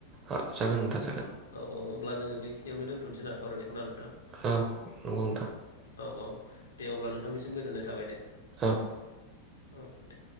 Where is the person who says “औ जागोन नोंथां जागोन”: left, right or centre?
Right